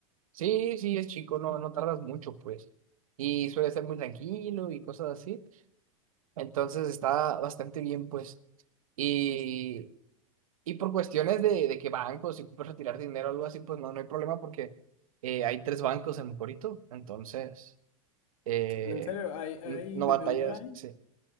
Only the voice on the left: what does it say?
En serio, hay, hay
BBV
ahí.